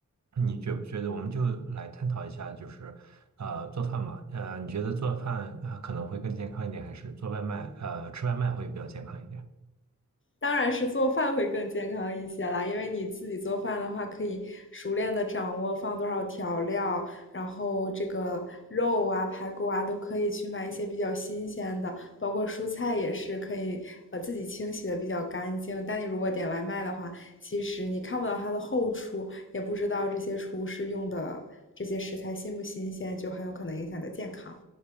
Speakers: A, on the right; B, on the left.
A: 你觉不觉得我们就来探讨一下，就是，呃，做饭嘛，呃，你觉得做饭啊呃，可能会更健康一点，还是做外卖，呃，吃外卖会比较健康一点？
B: 当然是做饭会更健康一些啦，因为你自己做饭的话，可以熟练的掌握放多少调料，然后这个肉啊、排骨啊都可以去买一些比较新鲜的，包括蔬菜也是可以呃自己清洗的比较干净。但你如果点外卖的话，其实你看不到它的后厨，也不知道这些厨师用的这些食材新不新鲜，就很有可能影响你的健康。